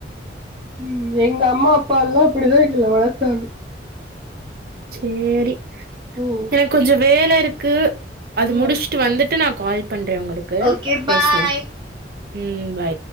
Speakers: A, on the right (about 25°); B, on the right (about 55°).
A: ம் எங்க அம்மா அப்பால்லா அப்டிதா எங்கள வளத்தாங்க
B: சேரி
A: ம்
B: எனக்கு கொஞ்சோ வேல இருக்கு அது முடிச்சுட்டு
A: ம்
B: வந்துட்டு நா கால் பண்றே உங்களுக்கு
A: ஓகே
B: பேசுவோ
A: பாய்
B: ம் பாய்